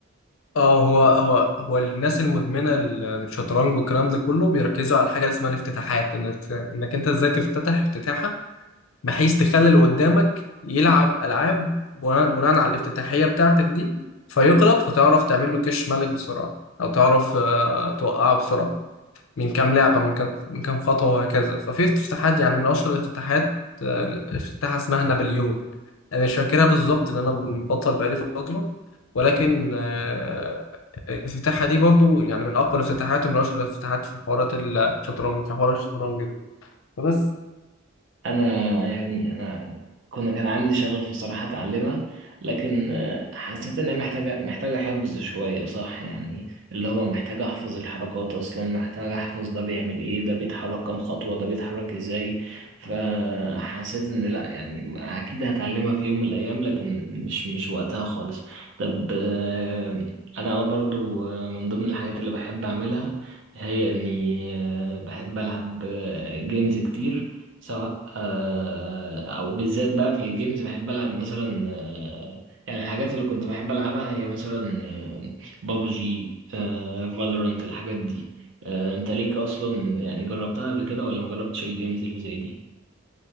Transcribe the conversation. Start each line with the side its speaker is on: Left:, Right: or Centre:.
Left: اه هو هو هو الناس المدمنه للشطرنج والكلام ده كله بيركزوا على حاجه اسمها الافتتاحات انك انك انت ازاي تفتتح افتتاحه بحيث تخلي اللي قدامك يلعب العاب بناء بناء على الافتتاحيه بتاعتك دي فيغلط فتعرف تعمل له كش ملك بسرعه او تعرف آه، توقعه بسرعه من كام لعبه من كام من كام خطوه وهكذا ففي افتتاحات يعني من اشهر الافتتاحات آه، افتتاحه اسمها نابليون انا مش فاكرها بالظبط لان انا بطل بقالي فتره ولكن آه، الافتتاحة دي برضو يعني من أقوى الافتتاحات ومن أشهر الافتتاحات في حوارات الشطرنج في حوار الشطرنج ده فبس
Right: انا يعني انا كنا كان عندي شغف بصراحة اتعلمها لكن آه، حسيت انها محتاجة محتاجة حفظ شوية صح يعني اللي هو محتاج احفظ الحركات اصلا محتاج احفظ ده بيعمل ايه ده بيتحرك كام خطوة ده بيتحرك ازاي فحسيت ان لا يعني اكيد هتعلمها في يوم من الايام لكن مش مش وقتها خالص طب آه، انا برضو آه، من ضمن الحاجات اللي بحب اعملها هي اني آه، بحب العب جيمز كتير سواء آه، او بالذات بقى في الجيمز بحب العب مثلا آه، يعني الحاجات اللي كنت بحب العبها هي مثلا آه، بابجي فالورانت الحاجات دي آه، انت ليك اصلا يعني جربتها قبل كده ولا مجربتش الجيمز اللي زي دي